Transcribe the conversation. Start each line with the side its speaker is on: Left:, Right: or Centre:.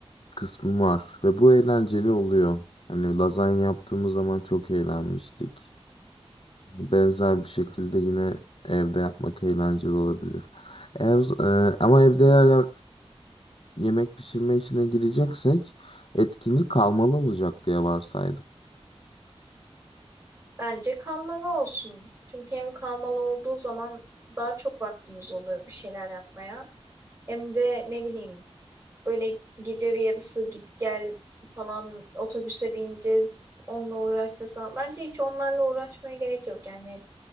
Left: kısmı var ve bu eğlenceli oluyor. Hani lazanya yaptığımız zaman çok eğlenmiştik. Benzer bir şekilde yine evde yapmak eğlenceli olabilir. Ev, e, ama evde eğer yemek pişirme işine gireceksek etkinlik kalmalı olacak diye varsaydım.
Right: Bence kalmalı olsun. Çünkü hem kalmalı olduğu zaman daha çok vaktimiz oluyor bir şeyler yapmaya. Hem de ne bileyim böyle gece bir yarısı git gel falan otobüse bineceğiz. Onunla uğraşacağız falan. Bence hiç onlarla uğraşmaya gerek yok. Yani